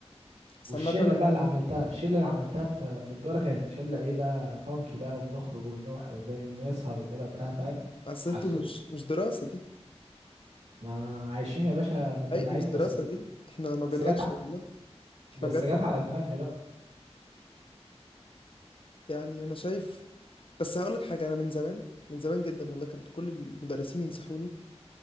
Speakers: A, on the left (about 50°); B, on the right (about 80°).
A: بس
B: والشله
A: عامه
B: بقى اللي عملتها الشله اللي عملتها في في تجاره كانت شله ايه بقى فانكي بقى وبنخرج ونروح ون- ونسهر وكده بتاع فاهم
A: اصل
B: عكس
A: انتوا مش مش دراسه دي
B: ما عايشين يا باشا متدلعين
A: اي مش دراسه
B: بس
A: دي احنا ما بنعيش
B: بس جت ع-
A: والله احنا
B: بس
A: بجد
B: جت على دماغي بقى
A: يعني انا شايف بس هقول لك حاجه انا من زمان من زمان جدا والله كان كل المدرسين ينصحوني